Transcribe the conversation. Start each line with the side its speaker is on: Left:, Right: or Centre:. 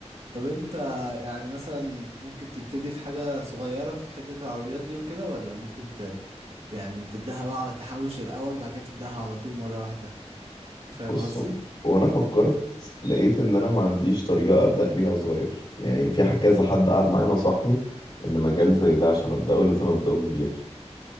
Right: طب انت يعني مثلا ممكن تبتدي في حاجة صغيرة في حتة العربيات دي وكده ولا ممكن ت يعني تبدأها بقى تحوش الأول وبعد كده تبدأها على طول مرة واحدة فاهم
Left: بص
Right: قصدي؟
Left: هو- وانا فكرت لقيت ان انا ما عنديش طريقة ابدأ بيها صغير يعني في ح- كذا حد قعد معايا نصحني ان مجال زي ده عشان ابدأه لازم ابدأه كبير